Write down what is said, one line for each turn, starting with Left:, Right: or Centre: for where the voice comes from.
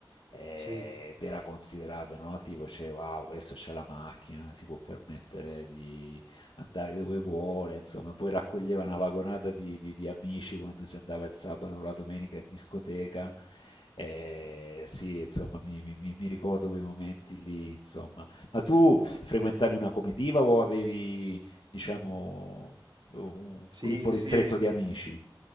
Left: eh,
Right: sì,
Left: ed era considerato, no? Tipo, cioè, wow, questo c'ha la macchina, si può permettere di andare dove vuole, insomma, poi raccoglieva una vagonata di, di- di amici quando si andava il sabato o la domenica in discoteca. Eh, sì, insomma, mi, mi- mi- mi ricordo quei momenti lì, insomma. Ma tu frequentavi una comitiva o avevi, diciamo, un un
Right: sì,
Left: gruppo ristretto
Right: sì.
Left: di amici?